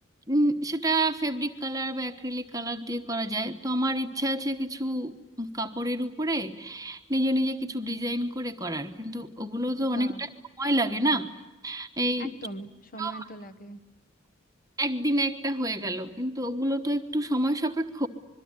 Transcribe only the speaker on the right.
উম, সেটা ফেব্রিক কালার বা অ্যাক্রিলিক কালার দিয়ে করা যায় তো আমার ইচ্ছা আছে কিছু কাপড়ের উপরে নিজে নিজে কিছু ডিজাইন করে করার কিন্তু ওগুলো তো অনেকটা
সময় লাগে না এই
ছোট
একদিনে একটা হয়ে গেল কিন্তু ওগুলো তো একটু সময় সাপেক্ষ